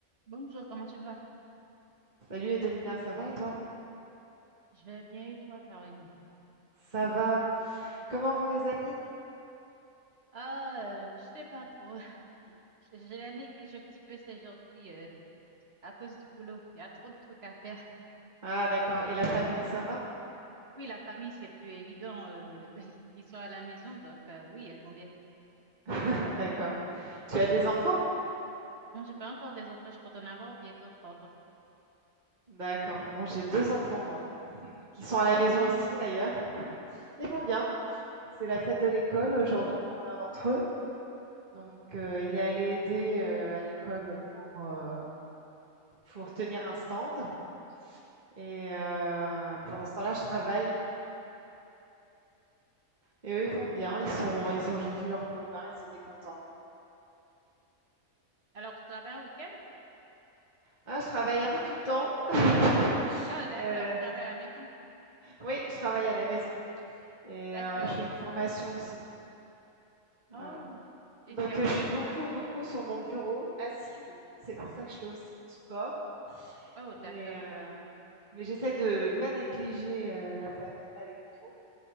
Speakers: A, on the right; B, on the right.
A: Bonjour, comment tu vas?
B: Salut Edelina, ça va et toi?
A: Je vais bien et toi, Karine?
B: Ça va. Comment vont les amis?
A: Ah, euh, je sais pas trop. <laughs> Je, je la néglige un petit peu ces jours-ci euh, à cause du boulot. Il y a trop de trucs à faire.
B: Ah d'accord. Et la famille, ça va?
A: Oui, la famille, c'est plus évident. euh, <laughs> ils sont à la maison, donc euh, oui, elles vont bien.
B: <laughs> D'accord. Tu as des enfants?
A: Non, j'ai pas encore des enfants, je compte en avoir bientôt, par contre.
B: D'accord. Bon, j'ai deux enfants, moi, qui sont à la
A: Oh,
B: maison
A: comment
B: aussi
A: ils vont?
B: d'ailleurs. Ils vont bien. C'est la fête de l'école aujourd'hui pour l'un d'entre eux. Donc, euh, il est allé aider euh, à l'école pour, euh, pour tenir un stand. Et euh, pendant ce temps-là, je travaille. Et eux, ils vont bien. Ils sont, ils ont vu leurs copains. Ils étaient contents.
A: Alors, tu travailles un week-end?
B: Ah, je travaille un peu tout le temps. <laughs>
A: Ah, d'accord,
B: Euh,
A: tu travailles à la maison.
B: Oui, je travaille à la maison et
A: D'accord.
B: heu, je fais une formation aussi, voilà.
A: Oh, et
B: Donc
A: c'est à
B: heu,
A: propos
B: je suis beaucoup,
A: de quoi?
B: beaucoup sur mon bureau, assise. C'est pour ça que je fais aussi du sport,
A: Oh, d'accord.
B: mais heu, mais j'essaie de pas négliger, heu, la famille malgré tout.